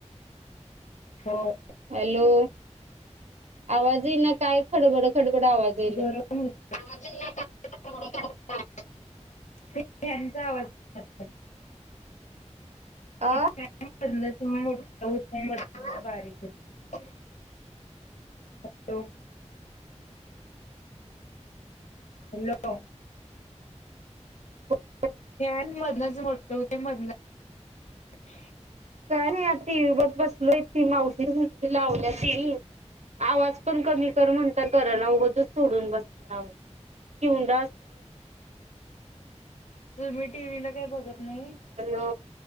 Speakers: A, on the left (about 80°); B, on the right (about 65°).
A: हो.
B: हॅलो आवाज येईना काय खडबड खडबड आवाज येयला.
A: गरम होत. <inaudible> ह्यांचा आवाज असतं.
B: हा
A: <inaudible> <unintelligible> बारीक होते. हॅलो. हॅलो
B: <inaudible>
A: फॅन मधनंच मोठं होतंय मधनंच
B: काय नाही टीवी बघत बसलोय ती मावशीची मुलगी लावल्याती. आवाज पण कमी कर म्हणटल कर त्याला उगंचच सोडून बसल्या <inaudible> कि <unintelligible>
A: तुम्ही टीव्ही ला काय बघत नाही?
B: हॅलो